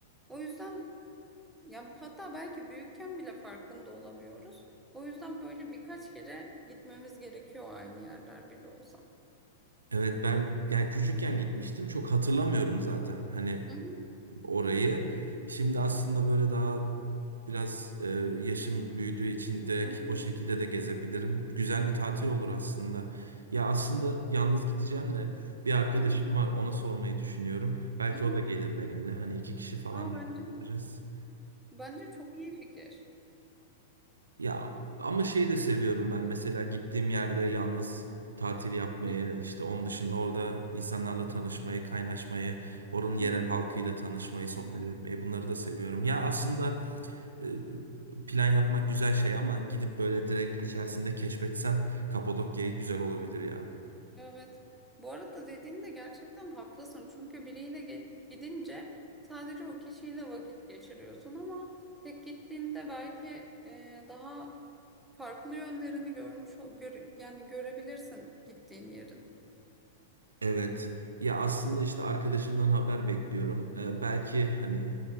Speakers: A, in the centre; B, on the right.
A: O yüzden ya hatta belki büyükken bile farkında olamıyoruz. O yüzden böyle birkaç kere gitmemiz gerekiyor aynı yerler bile olsa.
B: Evet ben yani küçükken gitmiştim çok hatırlamıyorum zaten hani
A: Hı hı
B: orayı. Şimdi aslında böyle daha biraz e, yaşım büyüdüğü için direkt
A: hı
B: o şekilde de gezebilirim. Güzel bir tatil olur aslında. Ya aslında yalnız gideceğim de bir arkadaşım
A: hı
B: var ona sormayı düşünüyorum. Belki
A: hı. hı.
B: o da gelir benimle hani iki kişi falan
A: Aa bence
B: da gidebiliriz.
A: bence çok iyi fikir.
B: Ya ama şeyi de seviyorum ben. Mesela gittiğim yerde yalnız tatil yapmayı,
A: Hı
B: işte onun dışında orada insanlarla tanışmayı, kaynaşmayı, oranın yerel
A: hı hı.
B: halkıyla tanışmayı, sohbet
A: hı.
B: etmeyi bunları da seviyorum. Ya aslında e, plan yapmak güzel şey ama gidip böyle direkt içerisinde keşfetsem Kapadokya'yı güzel olabilir ya.
A: Evet. Bu arada dediğinde gerçekten haklısın. Çünkü biriyle ge- gidince sadece o kişiyle vakit geçiriyorsun ama tek gittiğinde belki e, daha farklı yönlerini görmüş ol gör yani görebilirsin gittiğin yerin.
B: Evet. Ya aslında işte arkadaşımdan haber bekliyorum. Ee, belki hani